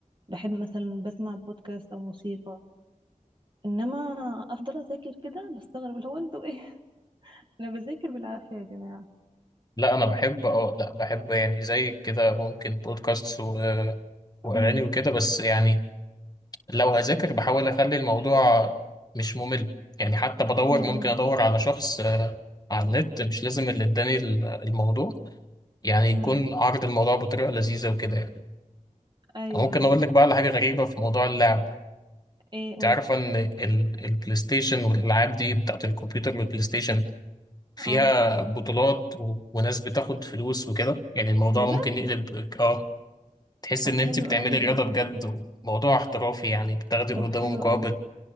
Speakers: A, on the right; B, on the left.
A: بحب مثلا بسمع بودكاست او موسيقى انما افضل اذاكر كده بستغرب اللي هو انتوا ايه <laughs> انا بذاكر بالعافيه يا جماعه
B: لا أنا بحب اه لا بحب يعني زي كده ممكن بودكاست و... وأغاني
A: امم
B: وكده بس يعني لو هذاكر بحاول اخلي الموضوع مش ممل يعني حتى بدور
A: امم
B: ممكن ادور على شخص آه، على النت مش لازم اللي اداني ال- الموضوع يعني
A: امم
B: يكون عرض الموضوع بطريقه لذيذه وكده يعني
A: ايوه
B: ممكن
A: ايوه
B: اقول لك بقى على حاجه غريبه في موضوع اللعب ده
A: ايه
B: انت
A: قول
B: عارفه ان ال- البلاي ستيشن والالعاب دي بتاعت الكمبيوتر والبلاي ستيشن فيها
A: اه
B: بطولات و... وناس بتاخد فلوس وكده يعني الموضوع
A: بجد
B: ممكن يقلب اه تحس
A: طب
B: ان انت
A: حلو
B: بتعملي
A: قوي
B: رياضه
A: ده
B: بجد وموضوع احترافي يعني بتاخدي
A: طب
B: قدامه
A: حلو
B: مقابل
A: قوي